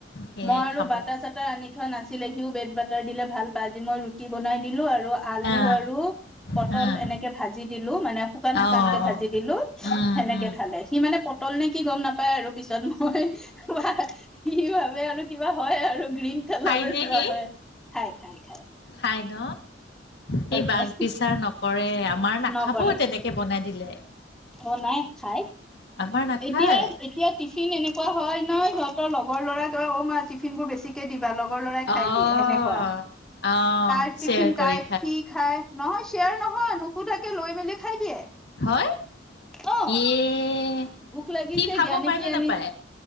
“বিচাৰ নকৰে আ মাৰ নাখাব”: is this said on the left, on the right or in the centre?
Left